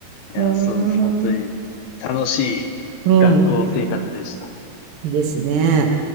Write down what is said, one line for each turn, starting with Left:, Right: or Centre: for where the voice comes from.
Left: いや、
Right: はあ、
Left: そうです。本当に楽しい学校生活でした。
Right: うん、いいですね。